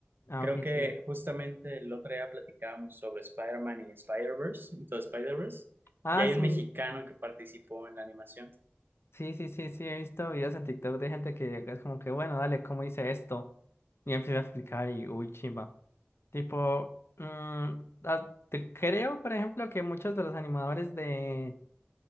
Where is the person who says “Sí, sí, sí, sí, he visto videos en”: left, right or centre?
Left